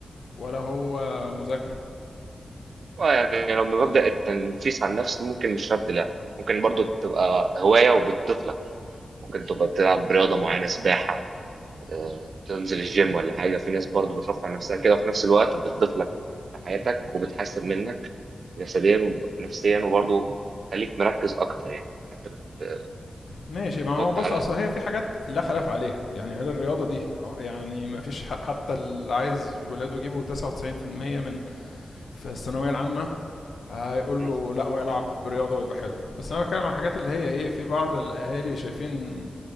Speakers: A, on the left (about 70°); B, on the right (about 65°).
A: ولا هو مذاكره
B: اه يعني لو بمبدأ التنفيس عن نفس ممكن مش شرط لعب ممكن برضو تبقى هواية وبتضيف لك ممكن تبقى بتلعب رياضة معينة سباحة آه، تنزل الجيم ولا حاجة في ناس برضو بترفع نفسها كده وفي نفس الوقت بتضيف لك في حياتك وبتحسن منك جسديا ونفسيا وبرضو بتخليك مركز أكتر يعني حتى بت-
A: ماشي
B: بتحط
A: ما هو بص
B: على
A: اصل هي في حاجات لا خلاف عليها يعني هل الرياضه دي يعني ما فيش ح- حتى اللي عايز ولاده يجيبوا 99% من في الثانويه العامه هيقول
B: بت...
A: له لا ويلعب رياضه ويبقى حلو بس انا بتكلم عن الحاجات اللي هي ايه في بعض الاهالي شايفين